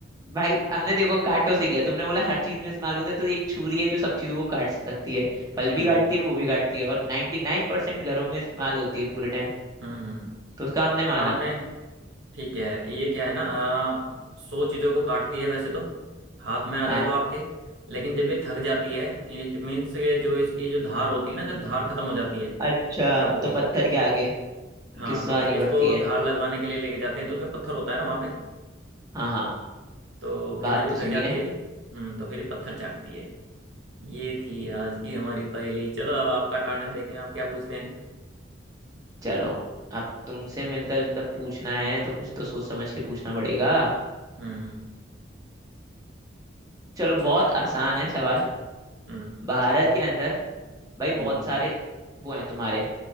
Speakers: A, on the right; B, on the right.
A: भाई हमने देखो काटों से किया तुमने बोला हर चीज में इस्तेमाल होता है तो एक छुरी है जो सब चीजों को काट सकती है फल
B: हम्म
A: भी काटती है वो भी काटती है और नाइन्टी नाइन परसेंट घरों में इस्तेमाल होती है पूरे टाइम
B: हम्म हम्म।
A: तो उसका हमने माना
B: तो आपने ठीक है ये क्या है ना आ, सो चीजों को काटती है वैसे तो हाथ में आ जाए
A: हाँ
B: तो आपके लेकिन जब ये थक जाती है इट मीन्स के जो इसकी जो धार होती है ना जब धार खत्म हो जाती है
A: अच्छा
B: चाकू
A: तो
B: की
A: पत्थर के आगे
B: हाँ
A: घिसवानी
B: तो फिर इसको
A: पड़ती है
B: धार लगवाने के लिए लेके जाते हैं तो उसमें पत्थर होता है ना वहाँ पे
A: हाँ हाँ
B: तो फिर
A: बात
B: जब ये
A: तो सही
B: थक जाती
A: है
B: है हम्म तो फिर ये पत्थर चाटती है ये थी आज की हमारी पहेली चलो अब आपका टर्न है देखें आप क्या पूछते हैं
A: चलो अब तुमसे मिलता जुलता पूछना है तो कुछ तो सोच समझ के पूछना पड़ेगा
B: हम्म
A: चलो
B: पूछो
A: बहुत
B: जी
A: आसान
B: पूछो
A: है सवाल
B: जी हम्म
A: भारत के अंदर भाई
B: हम्म
A: बहुत सारे वो हैं तुम्हारे